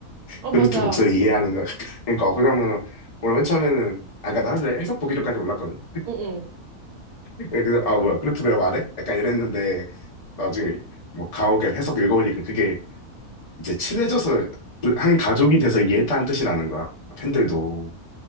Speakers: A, on the right; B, on the left.
A: 어,
B: 그루트
A: 맞아.
B: <laughs> 목소리 이해하는가 <laughs> 그러니까 그 장면은 원래 맨 처음에는 아 그러니까 나 사실 해석 보기 전까지 몰랐거든
A: 응, 응.
B: 예, 그래서 아 뭐야 그루트 왜 말해? 약간 이랬는데 나중에 뭐 가오갤 해석 읽어보니까 그게 이제 친해져서 그한 가족이 돼서 이해했다는 뜻이라는 거야 팬들도